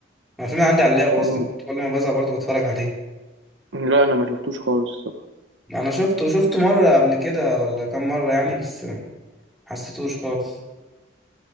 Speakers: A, in the centre; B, on the right.
A: أنا الفيلم عندي على اللاب أصلا
B: مم.
A: كنت كل ما بزهق برضه بتفرج عليه
B: لا أنا ما شفتوش خالص
A: أنا شفته شفته مرة قبل كده ولا كام مرة يعني بس ما حسيتوش خالص